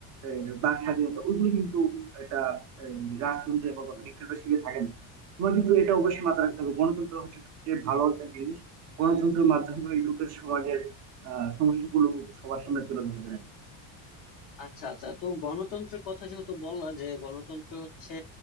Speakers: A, on the right; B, on the left.
A: আহ, বাক স্বাধীনতা ওইগুলো কিন্তু একটা আহ, রাজতন্ত্রে বা ডিক্টেটরশিপে থাকে না তোমার কিন্তু এটা অবশ্যই মাথায় রাখতে হবে গণতন্ত্র হচ্ছে সবচেয়ে ভালো একটা জিনিস গণতন্ত্রের মাধ্যমে লোকের সমাজের আহ সমস্যাগুলো সবার সামনে তুলে ধরা যায়
B: আচ্ছা আচ্ছা তো গণতন্ত্রের কথা যেহেতু বললা যে গণতন্ত্র হচ্ছে